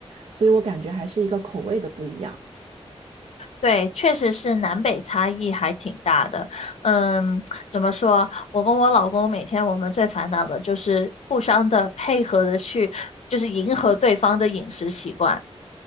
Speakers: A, on the right; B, on the left.
A: 所以我感觉还是一个口味的不一样。
B: 对，确实是南北差异还挺大的。嗯，怎么说？我跟我老公每天我们最烦恼的就是互相的配合的去，就是迎合对方的饮食习惯。